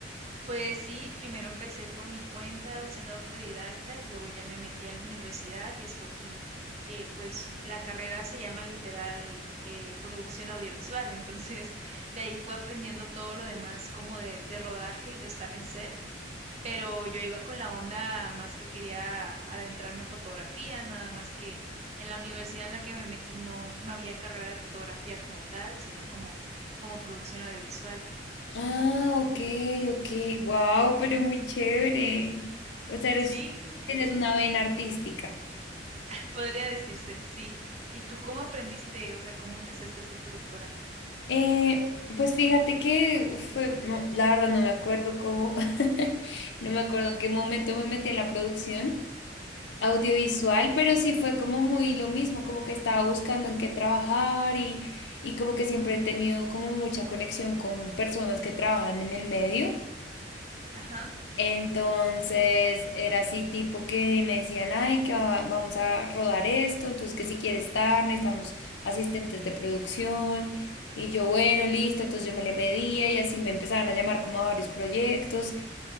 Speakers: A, on the right; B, on the left.
A: Pues sí, primero empecé por mi cuenta siendo autodidacta y luego ya me metí a la universidad y escogí, eh, pues la carrera se llama literal eh, producción audiovisual, entonces <laughs> de ahí fue aprendiendo todo lo demás como de, de rodaje y de estar en set pero yo iba con la onda más que quería adentrarme a fotografía, nada más que en la universidad en la que me metí no, no había carrera de fotografía como tal, sino como, como producción audiovisual.
B: Ah, ok, ok, wow, pero muy chévere. O sea, eres,
A: Sí.
B: tienes una vena artística.
A: <laughs> Podría decirse, sí. ¿Y tú cómo aprendiste? O sea, ¿cómo empezaste a ser productora?
B: Eh, pues fíjate que uf, fue, no, la verdad no me acuerdo cómo, <laughs> no me acuerdo en qué momento me metí en la producción. audiovisual, pero sí fue como muy lo mismo, como que estaba buscando en qué trabajar y, y como que siempre he tenido como mucha conexión con personas que trabajan en el medio.
A: Ajá.
B: Entonces era así tipo que me decían, ay, que va- vamos a rodar esto, entonces que si quieres estar, necesitamos asistentes de producción. Y yo, bueno, listo, entonces yo me le medía y así me empezaron a llamar como a varios proyectos.